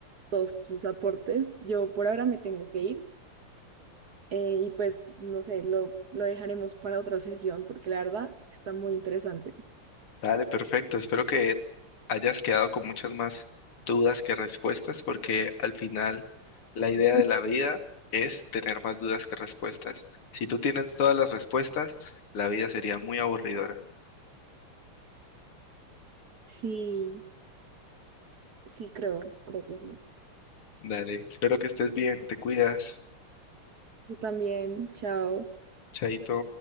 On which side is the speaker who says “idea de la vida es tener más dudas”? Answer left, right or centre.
Left